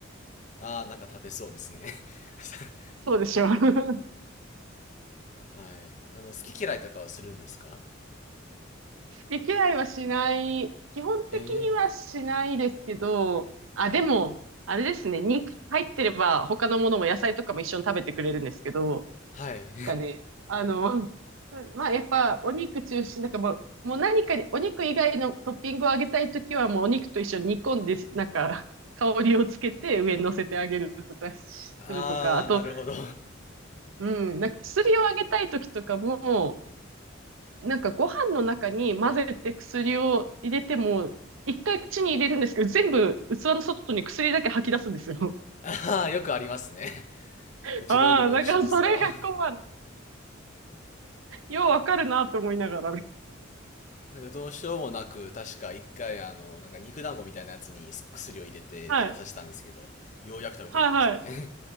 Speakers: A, on the left; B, on the right.
A: ああ、なんか食べそうですね。<laughs>
B: そうでしょ。<laughs>
A: はい。あの、好き嫌いとかはするんですか
B: 毛嫌いはしない。基本的にはしないですけど、
A: ええ
B: あ、でも、あれですね。肉入ってれば他のものも野菜とかも一緒に食べてくれるんですけど、
A: はい。
B: なんかね、あの、まあやっぱお肉中心なんかもう、もう何かにお肉以外のトッピングをあげたいときはもうお肉と一緒に煮込んで、なんか香りをつけて上に乗せてあげるとかしするとか、
A: <laughs> ああ、
B: あと、
A: なるほど。
B: うん、なんか薬をあげたいときとかも、なんかご飯の中に混ぜて薬を入れても、一回口に入れるんですけど、全部器の外に薬だけ吐き出すんですよ。
A: ああ、よくありますね。<laughs>
B: <laughs>
A: うちの犬もよくしますわ。
B: ああ、だからそれが困る。
A: <laughs>
B: ようわかるなと思いながら。
A: なんかどうしようもなく、確か一回あの、なんか肉団子みたいなやつに薬を入れて食べさせたんですけど、
B: はい。
A: ようやく食べてくれましたね。
B: はいはい。